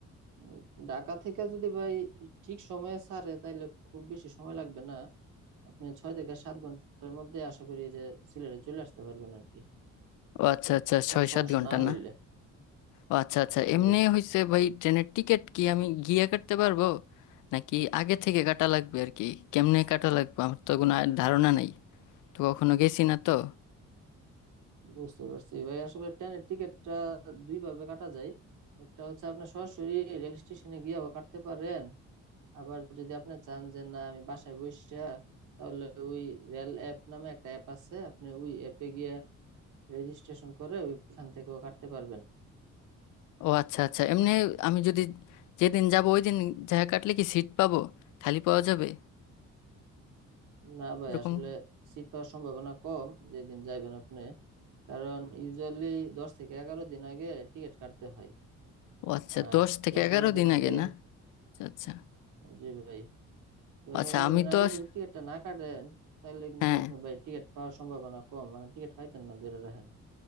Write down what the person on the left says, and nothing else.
ও আচ্ছা আচ্ছা
ছয়
সাত ঘন্টা
না ও আচ্ছা আচ্ছা
এমনি
হয়েছে ভাই ট্রেনের টিকিট কি আমি গিয়ে কাটতে পারবো নাকি আগে থেকে কাটা লাগবে আর কি কেমনে কাটা লাগবে আমার তো কোনো আ- ধারণা নাই তো কখনো গেছি না তো
ও আচ্ছা আচ্ছা এমনি আমি যদি যেদিন যাব ওই দিন যা কাটলে কি সিট পাবো খালি পাওয়া যাবে
এরকম
ও আচ্ছা
দশ থেকে
এগারো
দিন
আগে না আচ্ছা আচ্ছা
আচ্ছা
আমি
তো
আস-
হ্যাঁ